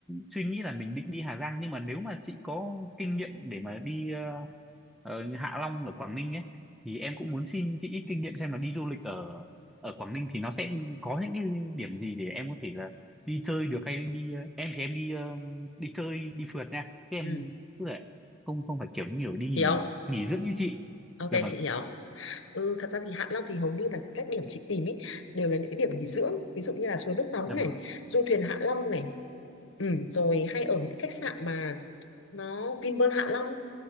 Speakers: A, in the centre; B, on the left.
A: suy nghĩ là mình định đi Hà Giang nhưng mà nếu mà chị có kinh nghiệm để mà đi ờ, ờ, Hạ Long ở Quảng Ninh ấy thì em cũng muốn xin chị ít kinh nghiệm xem là đi du lịch ở ở Quảng Ninh thì nó sẽ có những cái điểm gì để em có thể là đi chơi được hay đi ờ, em thì em đi ờ, đi chơi đi phượt nha chứ em
B: ừ
A: tức là không không phải kiểu nhiều đi nghỉ
B: hiểu
A: nghỉ dưỡng như chị
B: ok
A: dạ vâng
B: chị hiểu Ừ, thật ra thì Hạ Long thì hầu như là các điểm chị tìm ý, đều là những cái điểm nghỉ dưỡng ví dụ như là suối nước nóng
A: dạ
B: này
A: vâng
B: du thuyền Hạ Long này ừ, rồi hay ở những cái khách sạn mà nó Vinpearl Hạ Long